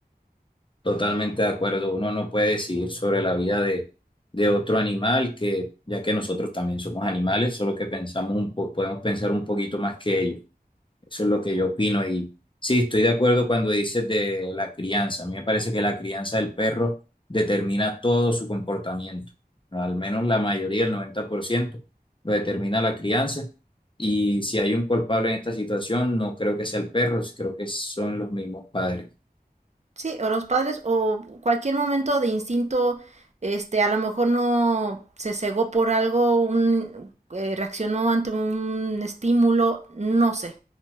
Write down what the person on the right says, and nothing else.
Sí, o los padres, o cualquier momento de instinto, este, a lo mejor no se cegó por algo, un, eh, reaccionó ante un estímulo, no sé.